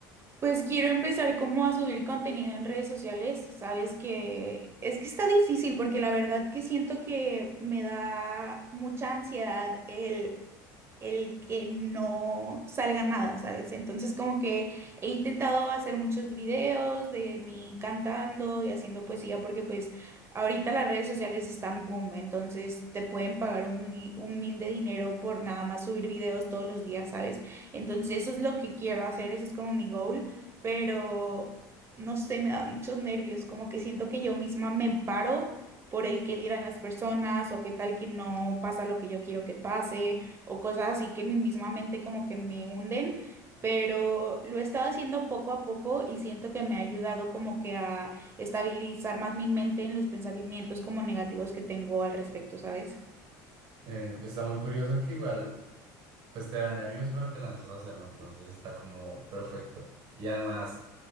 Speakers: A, on the right; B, on the right.
A: Pues quiero empezar como a subir contenido en redes sociales. Sabes que es que está difícil porque la verdad que siento que me da mucha ansiedad el, el que no salga nada, ¿sabes? Entonces como que he intentado hacer muchos videos de mí cantando y haciendo poesía porque pues ahorita las redes sociales están boom, entonces te pueden pagar un, mi- un mil de dinero por nada más subir videos todos los días, ¿sabes? Entonces eso es lo que quiero hacer, ese es como mi goal pero no sé, me da muchos nervios, como que siento que yo misma me paro por el que dirán las personas o qué tal que no pasa lo que yo quiero que pase o cosas así que mi misma mente como que me hunden, pero lo he estado haciendo poco a poco y siento que me ha ayudado como que a estabilizar más mi mente en los pensamientos como negativos que tengo al respecto, ¿sabes?
B: Eh, está muy curioso que igual, pues te da nervios, pero te lanzas a hacerlo, entonces está como perfecto. Y además,